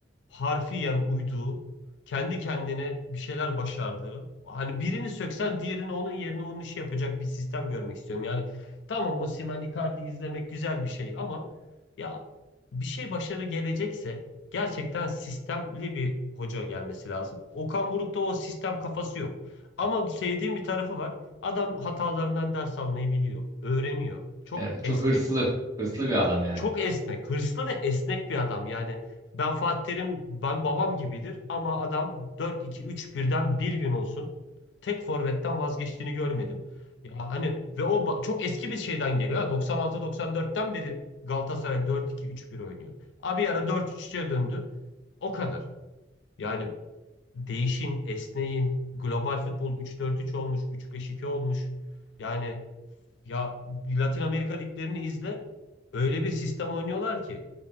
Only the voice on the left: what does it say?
harfiyen uyduğu, kendi kendine bir şeyler başardığı. Hani birini söksen diğerini onun yerine onun işi yapacak bir sistem görmek istiyorum. Yani tamam Osimhen Icardi izlemek güzel bir şey ama ya bir şey başarı gelecekse Gerçekten sistemli bir hoca gelmesi lazım. Okan Buruk'ta o sistem kafası yok. Ama sevdiğim bir tarafı var. Adam hatalarından ders almayı biliyor, öğreniyor. Çok
esnek.
Çok esnek. Hırslı ve esnek bir adam. Yani ben Fatih Terim, ben babam gibidir ama adam dört iki üç birden bir gün olsun tek forvetten vazgeçtiğini görmedim. Ya hani ve o ba- çok eski bir şeyden geliyor. ha. 96-94'ten beri Galatasaray dört iki üç bir oynuyor. Abi ara dört 3 3e döndü. O kadar. Yani değişin, esneyin. Global futbol üç dört üç olmuş, üç beş iki olmuş. Yani ya Latin Amerika liglerini izle. Öyle bir sistem oynuyorlar ki